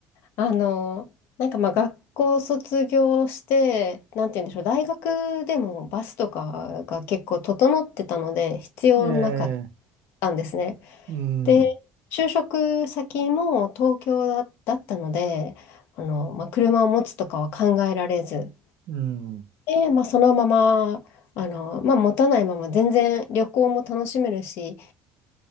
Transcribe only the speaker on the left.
あの、なんかまあ学校卒業して、なんて言うんでしょう、大学でもバスとかが結構整ってたので、必要なかっ
たんですね。
で、就職先も東京だ、だったので、あの、まあ、車を持つとかは考えられず、
で、まあ、そのまま、あの、まあ、持たないまま全然旅行も楽しめるし、